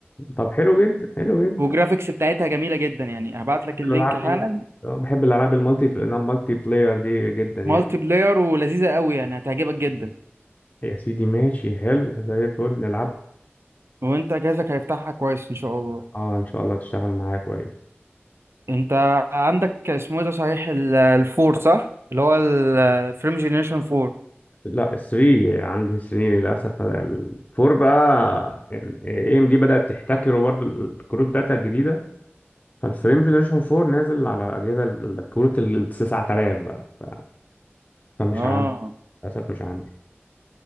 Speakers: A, on the left; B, on the right.
A: طب حلو جدا حلو جدا
B: والجرافيكس بتاعتها جميلة جدا يعني هبعت
A: بحب
B: لك اللينك
A: الالعاب
B: حالا
A: ايه اه بحب الالعاب المالتي المالتي بلاير دي جدا يعني
B: مالتي بلاير ولذيذة قوي يعني هتعجبك جدا
A: يا سيدي ماشي حلو زي الفل نلعب
B: وانت جهازك هيفتحها كويس ان شاء الله
A: اه ان شاء الله تشتغل معايا كويس
B: انت عندك اسمه ايه ده صحيح ال- الفور صح اللي هو الفريم جينيريشن 4
A: لا 3 عندي 3 للاسف الفور بقى يعني اي ام دي بدات تحتكره برضو الكروت بتاعتها الجديده فالفريم جنريشن 4 نازل على اجهزه ال- الكروت ال 9000 بقى ف- فمش
B: اه
A: اه عندي اه للاسف مش عندي